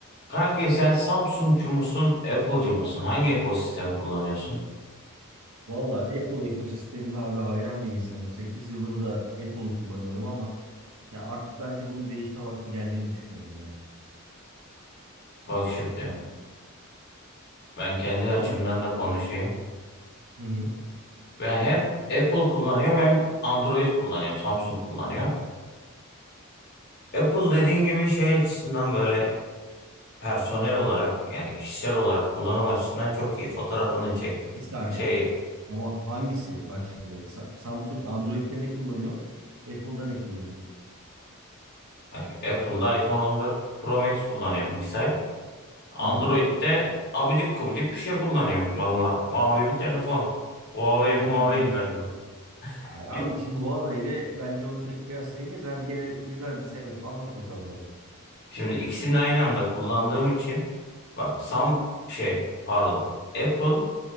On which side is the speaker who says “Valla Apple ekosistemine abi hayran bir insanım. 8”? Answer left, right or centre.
Right